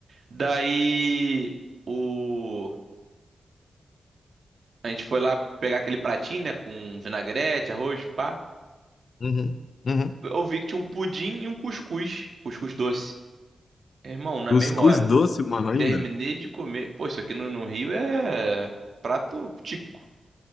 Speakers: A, on the right (about 65°); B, on the left (about 60°).
A: Daí o a gente foi lá pegar aquele pratinho, né, com vinagrete, arroz, pá.
B: uhum, uhum.
A: Eu vi que tinha um pudim e um cuscuz, cuscuz doce. Irmão, na
B: Cuscuz
A: mesma hora,
B: doce, mano, ainda?
A: terminei de comer. Pô, isso aqui no, no Rio é prato típico.